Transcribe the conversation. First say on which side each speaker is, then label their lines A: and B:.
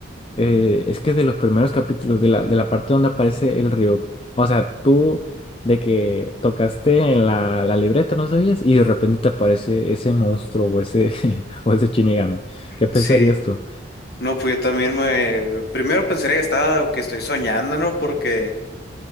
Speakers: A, on the left (about 30°); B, on the left (about 55°).
A: eh, es que de los primeros capítulos, de la, de la parte donde aparece el Ryuk. O sea, tú de que tocaste en la, la libreta, no sabías, y de repente te aparece ese monstruo o ese, <laughs> o ese Shinigami. ¿Qué pensarías
B: sí.
A: tú?
B: No, pues yo también me... Primero pensé que estaba, que estoy soñando, ¿no? Porque